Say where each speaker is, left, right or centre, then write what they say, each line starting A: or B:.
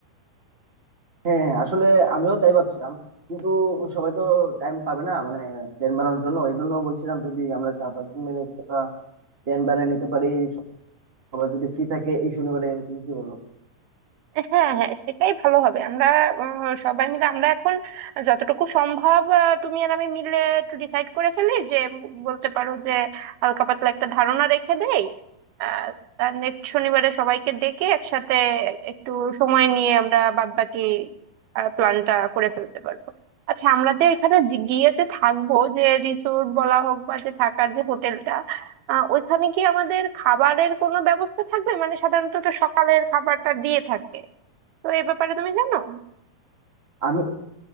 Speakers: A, on the right; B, on the right.
A: হ্যাঁ হ্যাঁ, আসলে আমিও তাই ভাবছিলাম কিন্তু সবাই তো টাইম পাবে না মানে প্ল্যান বানানোর জন্য এই জন্য বলছিলাম যদি আমরা চার পাঁচ জন মিলে একটা প্ল্যান বানিয়ে নিতে পারি সবাই যদি ফ্রি থাকে এই শনিবারে তুমি কি বলো
B: হ্যাঁ হ্যাঁ সেটাই ভালো হবে আমরা আহ, সবাই মিলে আমরা এখন যতটুকু সম্ভব আহ, তুমি আর আমি মিলে একটু ডিসাইড করে ফেলি যে উম, বলতে পারো যে হালকা পাতলা একটা ধারণা রেখে দেই আহ, আর নেক্সট শনিবারে সবাইকে ডেকে একসাথে একটু সময় নিয়ে আমরা বাদবাকি প্ল্যানটা করে ফেলতে পারবো আচ্ছা আমরা যে এখানে যে- গিয়ে যে থাকবো যে রিসোর্ট বলা হোক বা যে থাকার যে হোটেলটা আহ ওইখানে কি আমাদের খাবারের কোনো ব্যবস্থা থাকবে মানে সাধারণত তো সকালের খাবারটা দিয়ে থাকে তো এ ব্যাপারে তুমি জানো
A: আমি